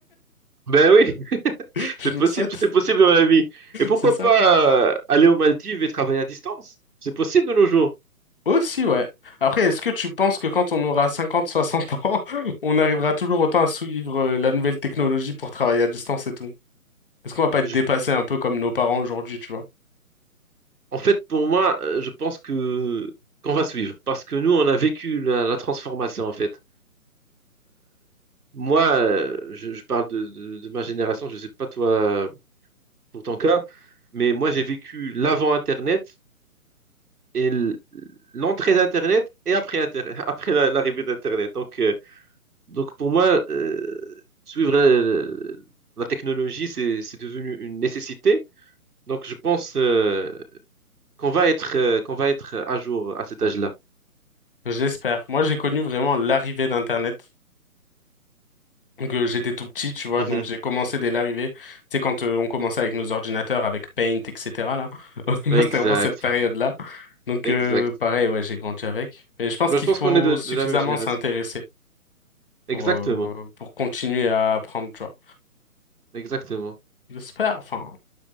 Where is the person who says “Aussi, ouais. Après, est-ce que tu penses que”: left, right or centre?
Left